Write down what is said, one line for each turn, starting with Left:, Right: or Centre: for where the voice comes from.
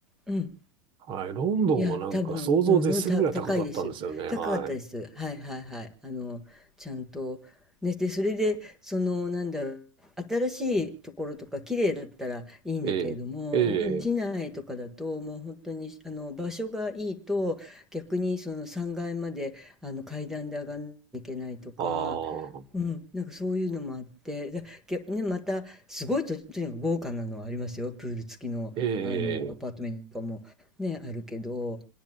Centre: うん。
Right: はい、ロンドンはなんか想像を絶するぐらい高かったんですよね。
Centre: いや、多分、うん、うんた、高いです。高かったです。
Right: はい。
Centre: はいはいはい。あの、ちゃんと。ね、で、それで、その、なんだろう、新しいところとか、綺麗だったらいいんだけれども、
Right: ええ、ええ、
Centre: うん市内とかだと、もう本当に、あの、場所がいいと、逆にその3階まで、あの、階段で上がんなきゃいけないとか、
Right: ああ、
Centre: うん、なんかそういうのもあって、だ、けね、また、すごいと、とにかく豪華なのはありますよ。プール付きの、
Right: ええ、
Centre: あの、アパートメントとかも。ね、あるけど、